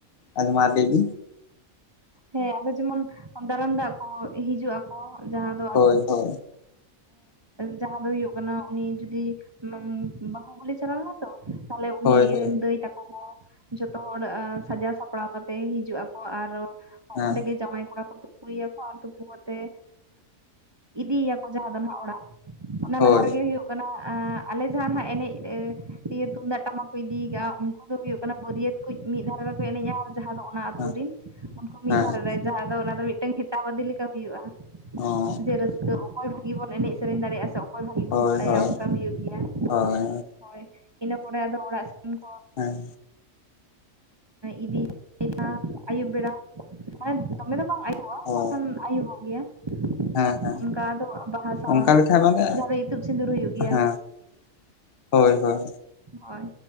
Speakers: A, on the left (about 55°); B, on the right (about 25°).
A: ᱟᱫᱚ ᱢᱟᱨ ᱜᱮ
B: ᱦᱮᱸ ᱟᱫᱚ ᱡᱮᱢᱚᱱ ᱫᱟᱨᱟᱢ ᱫᱟᱜ ᱠᱚ ᱦᱤᱡᱩᱜ ᱟᱠᱚ ᱡᱟᱦᱟᱸ ᱫᱚᱛ
A: ᱦᱳᱭ ᱦᱳᱭ
B: ᱡᱟᱦᱟᱸ ᱫᱚ ᱦᱩᱭᱩᱜ ᱠᱟᱱᱟ ᱩᱱᱤ ᱡᱩᱫᱤ ᱵᱟᱹᱦᱩ ᱜᱩᱞᱤ ᱪᱟᱞᱟᱣ ᱞᱮᱱᱟ ᱛᱚ ᱛᱟᱦᱚᱞᱮ ᱩᱱᱤ
A: ᱦᱳᱭ ᱦᱳᱭ
B: ᱨᱮᱱ ᱫᱟᱹᱭ ᱛᱟᱠᱚ ᱦᱚᱸ ᱡᱷᱚᱛᱚ ᱦᱚᱲ ᱥᱟᱡᱟᱣ ᱥᱟᱯᱲᱟᱣ ᱠᱟᱛᱮ ᱦᱤᱡᱩᱜᱼᱟᱠᱚ ᱟᱨ
A: ᱦᱮᱸ
B: ᱚᱸᱰᱮ ᱜᱮ ᱡᱟᱶᱟᱭ ᱠᱚᱲᱟ ᱛᱩᱯᱩᱭᱮᱭᱟᱠᱚ ᱟᱨ ᱛᱩᱯᱩ ᱠᱟᱛᱮᱜ ᱤᱫᱤᱭᱮᱭᱟᱠᱚ ᱡᱟᱦᱟᱸ ᱫᱚ ᱦᱟᱜ ᱚᱲᱟᱜ ᱚᱱᱟ
A: ᱦᱳᱭ
B: ᱞᱟᱦᱟ ᱨᱮᱜᱮ ᱦᱩᱭᱩᱜᱼᱟ ᱦᱩᱭᱩᱜ ᱟᱞᱮ ᱡᱟᱦᱟᱸᱱᱟᱜ ᱮᱱᱮᱡ ᱛᱩᱢᱫᱟᱜ ᱴᱟᱢᱟᱠ ᱠᱚ ᱤᱫᱤᱭ ᱟᱠᱟᱟᱜᱼᱟ ᱩᱱᱠᱩ ᱫᱚ ᱦᱩᱭᱩᱜ ᱠᱟᱱᱟ ᱵᱟᱹᱨᱭᱟᱹᱛ ᱠᱚ ᱢᱤᱫ ᱫᱷᱟᱨᱮ ᱨᱮᱠᱚ ᱮᱱᱮᱡᱼᱟ ᱟᱨ ᱡᱟᱦᱟᱸ ᱫᱚ ᱚᱱᱟ ᱟᱛᱩᱨᱤᱱ
A: ᱦᱮᱸ
B: ᱩᱱᱠᱩ ᱢᱤᱫ
A: ᱦᱮᱸ
B: ᱫᱷᱟᱨᱮ ᱨᱮ ᱡᱟᱦᱟᱸ ᱫᱚ ᱚᱱᱟ ᱫᱚ ᱢᱤᱫᱴᱟᱝ ᱦᱮᱛᱟ ᱵᱟᱫᱤ ᱞᱮᱠᱟ ᱦᱩᱭᱩᱜᱼᱟ
A: ᱚ <inaudible>
B: ᱡᱮ ᱨᱟᱹᱥᱠᱟᱹ ᱚᱠᱚᱭ ᱵᱷᱟᱜᱤ ᱵᱚᱱ ᱮᱱᱮᱡ ᱥᱮᱹᱨᱮᱧ ᱫᱟᱲᱮᱭᱟᱜᱼᱟ ᱥᱮ ᱚᱠᱚᱭ ᱵᱷᱟᱜᱤ
A: ᱦᱳᱭ
B: ᱵᱚᱱ ᱵᱟᱲᱟᱭᱟ
A: ᱦᱳᱭ
B: ᱚᱱᱠᱟ ᱦᱩᱭᱩᱜ ᱜᱮᱭᱟ <unintelligible>
A: ᱦᱳᱭ
B: ᱦᱳᱭ ᱤᱱᱟᱹ ᱯᱚᱨᱮ ᱟᱫᱚ ᱚᱲᱟᱜ ᱥᱮᱱ ᱠᱚ <inaudible>
A: ᱦᱮᱸ
B: ᱤᱫᱤᱭᱟ ᱟᱹᱭᱩᱵ ᱵᱮᱲᱟ ᱢᱟᱱᱮ ᱫᱚᱢᱮ ᱫᱚ ᱵᱟᱝ ᱟᱭᱩᱵ <inaudible>
A: ᱦᱳᱭ
B: ᱵᱟᱝᱠᱷᱟᱱ ᱟᱭᱩᱵᱚᱜ ᱜᱮᱭᱟ <inaudible>
A: ᱦᱮᱸ ᱦᱮᱸ
B: ᱚᱱᱠᱟ ᱫᱚ ᱵᱟᱦᱟ ᱥᱟᱶ
A: ᱚᱱᱠᱟ ᱞᱮᱠᱷᱟ ᱵᱟᱝᱮ
B: ᱡᱟᱦᱟᱸ ᱫᱚ ᱤᱛᱩᱫ ᱥᱤᱸᱫᱩᱨ ᱦᱩᱭᱩᱜ ᱜᱮᱭᱟ
A: ᱦᱮᱸ <inaudible> ᱦᱳᱭ ᱦᱳᱭ
B: ᱦᱳᱭ